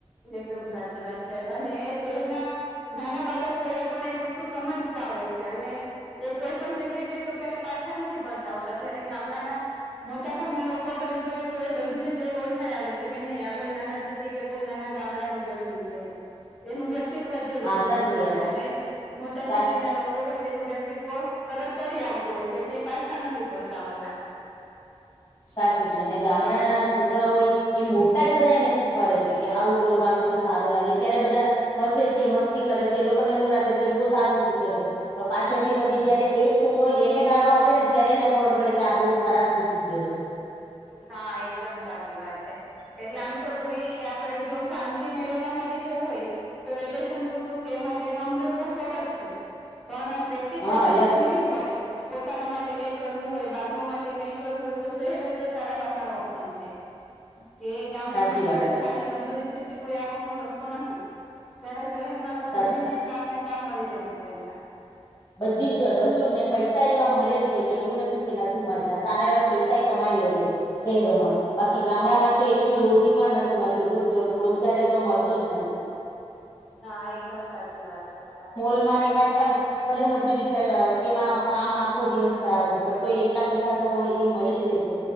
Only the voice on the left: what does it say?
હા સાચી
વાત
સાચી
સાચું છે ને ગામડાના છોકરાઓય એ મોટા જ બધા એને શીખવાડે છે કે આવું બોલવાનું તો સારું લાગે ત્યારે બધા હસે છે મસ્તી કરે છે એ લોકોને એવું લાગે કે બહુ સારું શીખે છે. પણ પાછળથી પછી જયારે એ જ છોકરો એને ગાળો આપે ને ત્યારે એને ખબર પડે કે આ બહુ ખરાબ શીખી ગ્યો છે.
હા
અલગ
સાચી
વાત છે
સાચી
બધી જ બધું ને પૈસા એવા મળે છે. કે એવું નથી કે નથી મળતા સારા એવા પૈસાઈ કમાઈ લે છે. શહેરોમાં‌. બાકી ગામડામાં તો એટલું રોજી પણ નથી. મળતું રોજગાર એટલો મળતો જ નથી.
એમાં ને એમાંઈ પણ ભલે મજૂરી કરે તેમાં કામ આખો દિવસ કરાવે છે. પણ તો એટલા પૈસા તો હોય એ મળી જ રહેશે.